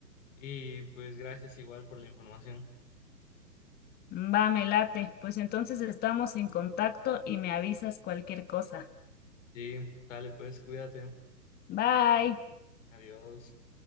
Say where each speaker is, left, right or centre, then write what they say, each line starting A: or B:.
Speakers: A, on the left (about 50°); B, on the left (about 20°).
A: y pues gracias igual por la información.
B: Va, me late. Pues entonces estamos en contacto y me avisas cualquier cosa.
A: Sí, dale pues, cuídate.
B: Bye.
A: Adiós.